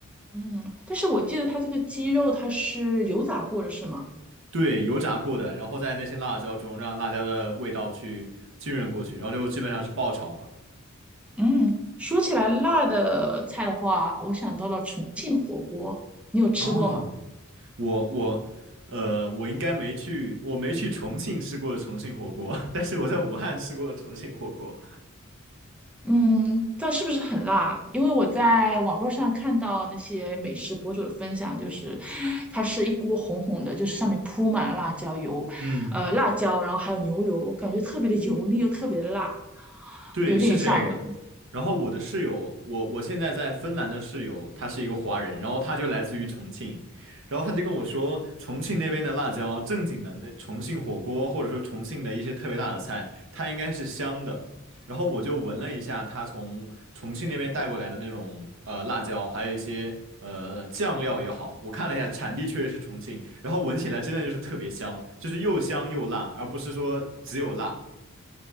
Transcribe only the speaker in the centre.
嗯，但是我记得它这个鸡肉它是油炸过的，是吗？
嗯，说起来辣的菜的话，我想到了重庆火锅，你有吃过吗？
嗯，但是不是很辣？因为我在网络上看到那些美食博主的分享，就是它是一锅红红的，就是上面铺满了辣椒油，
呃，辣椒，然后还有牛油，感觉特别的油腻又特别的辣，
有点吓人。